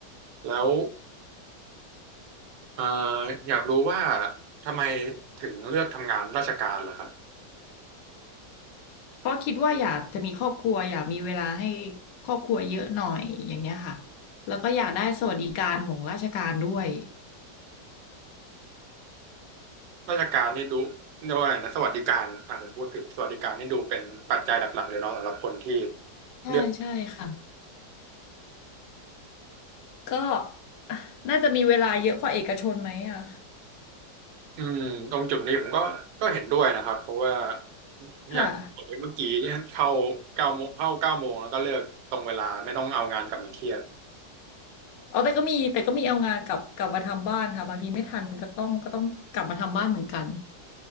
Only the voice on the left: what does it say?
เพราะคิดว่าอยากจะมีครอบครัวอยากมีเวลาให้ครอบครัวเยอะหน่อยอย่างเงี้ยค่ะ แล้วก็อยากได้สวัสดิการของราชการด้วย
ใช่ใช่ค่ะ
ก็อ่ะน่าจะมีเวลาเยอะกว่าเอกชนไหมอ่ะ
ค่ะ
เอาแต่ก็มีแต่ก็มีเอางานกลับกลับมาทำบ้านค่ะบางทีไม่ทันก็ต้องก็ต้องกลับมาทำบ้านเหมือนกัน